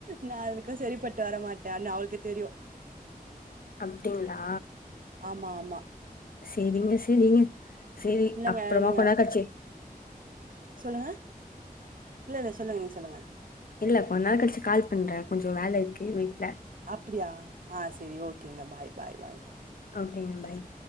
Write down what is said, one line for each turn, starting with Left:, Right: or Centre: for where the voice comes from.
Right: நா அவளுக்கு சரிப்பட்டு வரமாட்டன் அவளுக்கு தெரியு
Left: அப்டிங்ளா
Right: ஆமா ஆமா
Left: சேரிங்க சேரிங்க சேரி
Right: இல்லங்க
Left: அப்புறமா
Right: நீங்க
Left: கொன்னேரோ கழுச்சு
Right: சொல்லுங்க இல்ல இல்ல சொல்லுங்க நீங்க சொல்லுங்க
Left: இல்ல கொஞ்சநேரம் கழிச்சு கால் பண்றேன் கொஞ்சோ வேல இருக்கு வீட்டு்ல
Right: அப்டியா ஆ சேரி ஓகேங்க பாய் பாய் பாய்ங்க
Left: ஓகேங்க பாய்